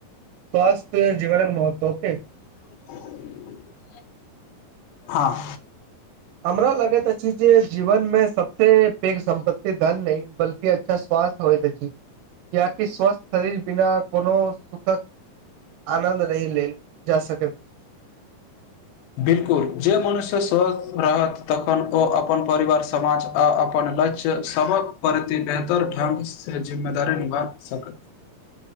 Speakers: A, on the right; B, on the left.
A: स्वास्थ्य जीवनक महत्व
B: <unintelligible> हँ
A: हमरा लगैत अछि जे जीवन में सबसे पैघ सम्पति धन न बल्कि अच्छा स्वास्थ्य होइत अछि किियाकि स्वस्थ शरीर बिना कोनो सुखक आनन्द नहि लै जा सक छै
B: बिल्कुल जे मनुष्य स्वस्थ रहत तखन ओ अपन परिवार समाज आ अपन लक्ष्य सबक प्रति बेहतर ढंग से जिम्मेदारी निभा सक